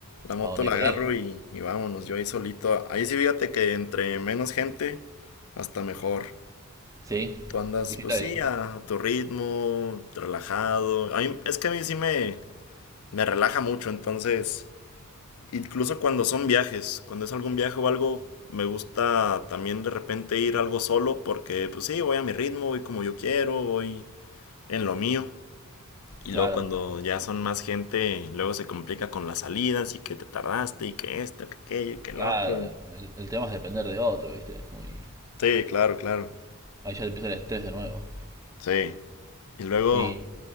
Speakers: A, on the left (about 75°); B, on the right (about 15°).
A: la moto
B: a donde
A: la
B: querés.
A: agarro y, y vámonos, yo ahí solito. Ahí sí, fíjate que entre menos gente, hasta mejor.
B: ¿Sí?
A: Tú andas,
B: ¿Viste?
A: pues
B: Ahí.
A: sí, a, a tu ritmo, relajado. A mí- es que a mí sí me, me relaja mucho, entonces, incluso cuando son viajes, cuando es algún viaje o algo, me gusta también de repente ir algo solo porque, pues sí, voy a mi ritmo, voy como yo quiero, voy en lo mío. Y
B: Claro,
A: luego cuando ya son más gente, luego se complica con las salidas y que te tardaste y que esto, que aquello, y que el
B: claro.
A: otro. y-
B: El, el tema es depender de otro, ¿viste? Es muy...
A: Sí, claro, claro.
B: Ahí ya empieza el estrés de nuevo.
A: Sí. Y luego,
B: Y,